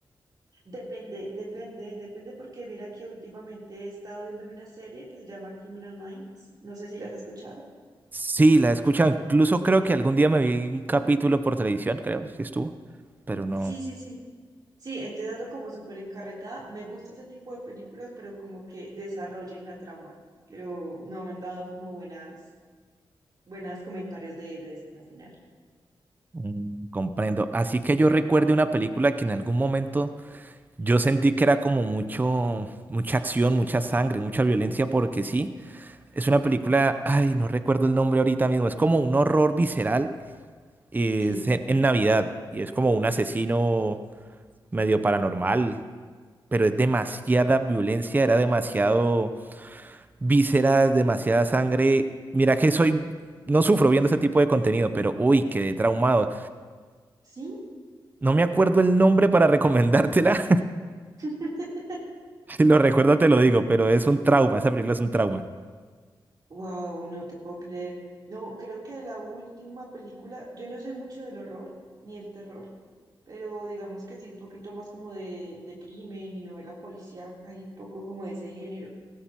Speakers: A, on the right (about 50°); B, on the right (about 20°).
A: Depende, depende, depende porque mira que últimamente he estado viendo una serie que se llama Criminal Minds, no sé si la has escuchado.
B: Sí, la he escuchado. Incluso creo que algún día me vi un capítulo por televisión, creo, si estuvo. Pero no...
A: Sí, sí, sí. Sí, entonces ando como súper encarretada, me gusta ese tipo de películas, pero como que desarrollen la trama, pero no me han dado como buenas, buenas comentarios de, de destino final.
B: mm, comprendo. Así que yo recuerde una película que en algún momento... Yo sentí que era como mucho, mucha acción, mucha sangre, mucha violencia, porque sí, es una película, ay, no recuerdo el nombre ahorita mismo, es como un horror visceral, es
A: Sí,
B: en, en Navidad, y es como un asesino medio paranormal, pero es demasiada violencia, era demasiado vísceras, demasiada sangre. Mira que soy, no sufro viendo ese tipo de contenido, pero uy, quedé traumado.
A: sí.
B: No me acuerdo el nombre para recomendártela,
A: <laughs>
B: <laughs> si lo recuerdo te lo digo, pero es un trauma, esa película es un trauma.
A: Wow, no te puedo creer. No, creo que la última película, yo no soy mucho del horror ni del terror, pero digamos que sí, un poquito más como de, de crimen y novela policíaca y poco como de ese género.